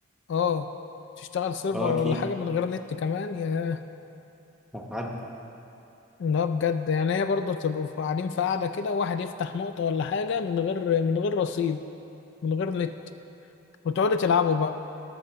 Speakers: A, on the left; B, in the centre.
A: أه تشتغل سيرفر
B: اه اكيد
A: ولا حاجة من غير نت كمان يا
B: هتعدي
A: لا بجد يعني هي برضه تبقوا في- قاعدين في قاعدة كده واحد يفتح نقطة ولا حاجة من غير من غير رصيد من غير نت وتقعدوا تلعبوا بقى